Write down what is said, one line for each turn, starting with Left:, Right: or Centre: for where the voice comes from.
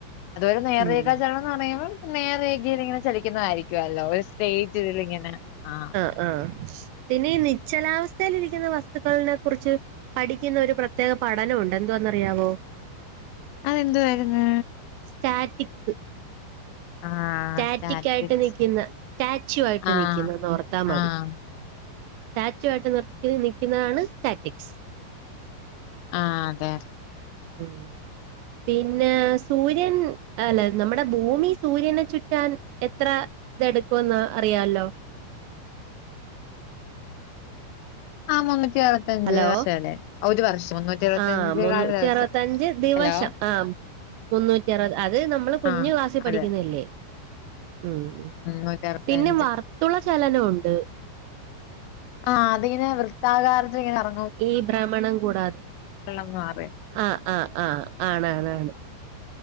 Left: അതൊരു നേർരേഖചലനം
Right: ഉം
Left: പറയുമ്പോ നേരേഖയിൽ ഇങ്ങനെ ചലിക്കുന്നതായിരിക്കുവല്ലോ ഒരു സ്റ്റേജ്ല്ങ്ങനെ ആ
Right: ആഹ്‌ പിന്നെ ഈ നിശ്ചലാവസ്ഥയി ലി രിക്കുന്ന വസ്തുക്കളിനെ കുറിച്ച് പഠിക്കുന്ന ഒരു പ്രത്യേക പഠനമുണ്ട് എന്തുവാന്നറിയാവോ
Left: അതെന്തുവായിയിരുന്നു
Right: സ്റ്റാറ്റിക്സ്
Left: ആഹ്
Right: സ്റ്റാറ്റിക്
Left: സ്റ്റാറ്റിക്സ്
Right: ആയിട്ട് നിക്കുന്ന സ്റ്റാച്യു ആയിട്ട്
Left: ആഹ്
Right: നിക്കുന്നതോർത്താ മതി
Left: ആഹ്
Right: സ്റ്റാച്യു ആയിട്ട് നിർത്തി നിക്കുന്നതാണ് സ്റ്റാറ്റിക്സ്
Left: ആഹ് അതെ
Right: ഉം പിന്നെ, സൂര്യൻ അല്ല നമ്മുടെ ഭൂമി സൂര്യനെ ചുറ്റാൻ എത്ര തെടുക്കുവെന്ന് അറിയാലോ
Left: ആ മുന്നൂറ്റി അറു ത്തഞ്ച്
Right: ഹലോ
Left: വർഷല്ലേ ഒരു വർഷം മുന്നൂറ്റി ഇരുപത്തയഞ്ച്
Right: ആഹ് മുന്നൂറ്റി
Left: കാല ദിവസം
Right: അറുപത്തഞ്ച് ദിവസം
Left: ഹലോ
Right: ആഹ് മുന്നൂറ്റി അറുപത് അത് നമ്മള് കുഞ്ഞു
Left: ആഹ്
Right: ക്ലാസ്സിപഠിക്കുന്നല്ലേ
Left: അതെ
Right: ഉം
Left: നൂറ്റി അറുപത്തഞ്ച്
Right: പിന്നെ വർത്തുള ചലനവുണ്ട്
Left: ആഹ് അതിങ്ങനെ വൃത്താകാരത്തിൽ ഇങ്ങന കറ
Right: ഈ ബ്രമണം കൂടാതെ,
Left: കാരണംന്ന് പറയും
Right: ആഹ്‌ ആഹ് ആഹ് ആണാണാണ്